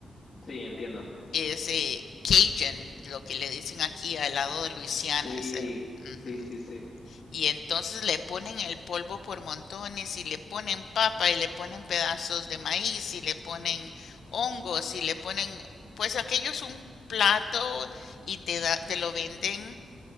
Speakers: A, on the left (about 35°); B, on the left (about 75°).
A: Sí, entiendo.
B: Es eh, Cajun, lo que le dicen aquí al lado de Luisiana,
A: Sí,
B: ese, ujú.
A: sí, sí, sí.
B: Y entonces le ponen el polvo por montones y le ponen papa y le ponen pedazos de maíz y le ponen hongos y le ponen, pues aquello es un plato y te da- te lo venden